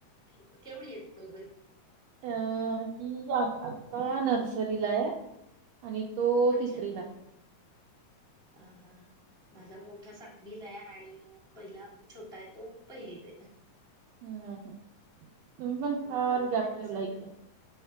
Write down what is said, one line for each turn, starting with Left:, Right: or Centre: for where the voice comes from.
Centre: केवढी आहेत दोघही?
Right: अ, ही आता नर्सरीला हाय. आणि तो
Centre: अच्छा
Right: तिसरीला
Centre: हा
Right: हाय.
Centre: हा, ह. माझा मोठा सातवीला हाय आणि पहिला छोटा आहे तो पहिलीत हाय.
Right: हम्म, हम्. तुम्ही पण
Centre: आहे
Right: फार
Centre: त्यामुळे
Right: गॅप
Centre: त्यांना
Right: ठेवला
Centre: सगळ
Right: कि.